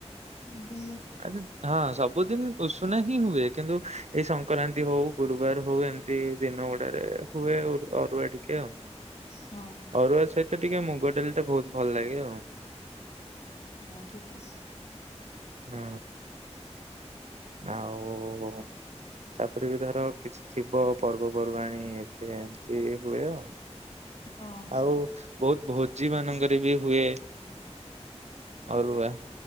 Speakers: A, on the left; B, on the right.
A: ଏମିତି
B: ଆଜି ହଁ ସବୁଦିନ ଉଷୁନା ହିଁ ହୁଏ। କିନ୍ତୁ ଏଇ ସଂକ୍ରାନ୍ତି ହଉ ଗୁରୁବାର ହଉ ଏମ ତି ଦିନ ଗୁଡାରେ ହୁଏ ଅରୁ ଅରୁଆ ଟିକେ ଆଉ।
A: ହଁ।
B: ଅରୁଆ ସହିତ ଟିକେ ମୁଗ ଡ଼ାଲିଟା ବହୁତ ଭଲ ଲାଗେ ଆଉ।
A: ହଁ ଠିକ କହିଲେ।
B: ହଁ ଆଉ ତାପରେ ବି ଧର କିଛି ଥିବ ପର୍ବପର୍ବାଣି ଏବେ ଏମିତି ହୁଏ ଆଉ।
A: ହଁ।
B: ଆଉ ବହୁତ ଭୋଜି ମାନଙ୍କରେ ବି ହୁଏ ଅରୁଆ।